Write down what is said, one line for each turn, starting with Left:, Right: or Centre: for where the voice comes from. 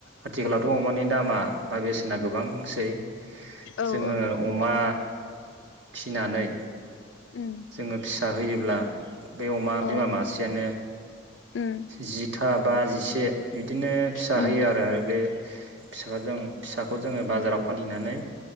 Right: आथिखालावथ' अमानि दामा बा बेसेना गोबांसै।
Left: औ
Right: जोङो
Left: औ
Right: अमा। फिनानै
Left: उम
Right: जोङो फिसा होयोब्ला बे अमा
Left: औ
Right: बिमा मासेयानो
Left: उम
Right: जिथा बा जिसे बिदि बिदिनो फिसा
Left: उम
Right: होयो आरो बे फिसाखौ जों फिसाखौ जोङो बाजाराव फानहैनानै